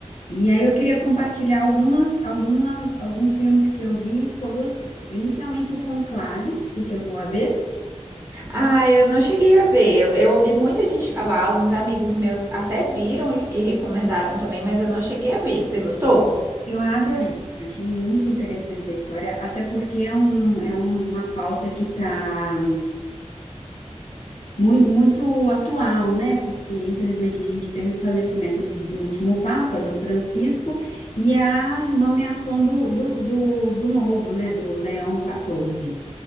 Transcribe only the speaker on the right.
Ah, eu não cheguei a ver. Eu, eu ouvi muita gente falar, alguns amigos meus até viram e, e recomendaram também, mas eu não cheguei a ver. Você gostou?